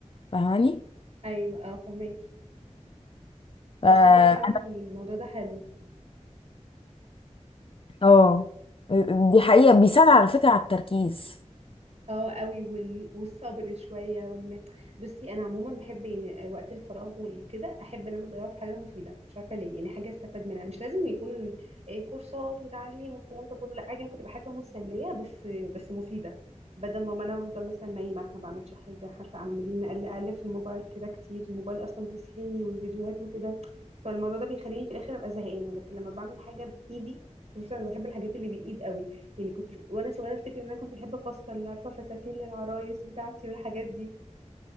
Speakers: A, on the left; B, on the right.
A: فاهماني
B: ايوه اه فهماكي بس
A: فانا
B: هو بصراحه الموضوع ده حلو
A: اه دي حقيقة بيساعد على فكرة على التركيز
B: اه قوي وال... والصبر شويه وان بصي انا عموما بحب يعني وقت الفراغ والكده احب ان انا اضيعه في حاجه مفيده مش عارفه ليه يعني حاجه استفاد منها مش لازم يكون آه، كورسات وتعليم والكلام ده كله لا حاجه ممكن تبقى حاجه مسليه بس بس مفيده بدل ما انا بفضل مثلا نايمه ما بعملش حاجه عارفه عمالين اقل اقل في الموبايل كده كتير الموبايل اصلا بيسحلني والفيديوهات وكده فالموضوع ده بيخليني في الاخر ابقى زهقانه لكن لما بعمل حاجه بايدي خصوصا أنا بحب الحاجات اللي بالايد قوي يعني كنت وانا صغيره افتكر ان انا كنت بحب افصل عارفه فساتين للعرايس بتاعتي والحاجات دي